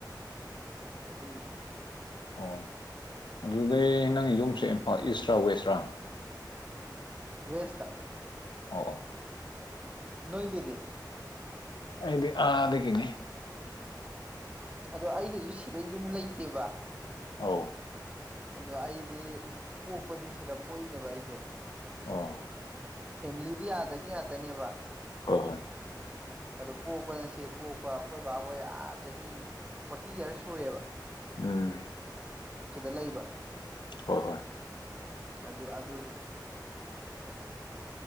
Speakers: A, on the right; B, on the left.
A: ꯑꯗꯨ ꯑꯗꯨ
B: ꯑꯣ ꯑꯗꯨꯗꯤ ꯅꯪ ꯌꯨꯝꯁꯦ ꯏꯝꯐꯥꯜ ꯏꯁꯔꯥ ꯋꯦꯁꯔꯥ
A: ꯋꯦꯁꯇ
B: ꯑ
A: ꯅꯣꯏꯒꯦꯗ
B: ꯗꯤ ꯑ ꯑꯗ ꯀꯅꯦ
A: ꯑꯗꯣ ꯑꯩꯒꯤꯁꯨ ꯁꯤꯗ ꯌꯨꯝ ꯂꯩꯇꯦꯕ
B: ꯑ
A: ꯑꯗ ꯑꯩꯗꯤ ꯄꯣꯛꯄꯗꯤ ꯁꯤꯗ ꯄꯣꯛꯏꯅꯦꯕ ꯑꯩꯖꯦ
B: ꯑꯣ
A: ꯐꯦꯃꯤꯂꯤꯗꯤ ꯑꯗꯒꯤ ꯉꯥꯛꯇꯅꯦꯕ
B: ꯍꯣꯏ ꯍꯣꯏ
A: ꯑꯗꯨ ꯄꯣꯛꯄꯅ ꯁꯤ ꯄꯣꯛꯄ ꯑꯩꯈꯣꯏ ꯕꯥꯍꯣꯏꯥ ꯑꯥ ꯆꯍꯤ ꯐꯣꯔꯇꯤ ꯌꯔꯁ ꯁꯨꯔꯦꯕ
B: ꯎꯝ
A: ꯁꯤꯗ ꯂꯩꯕ
B: ꯍꯣꯏ ꯍꯣꯏ
A: ꯑꯗꯨ ꯑꯗꯨꯒꯤ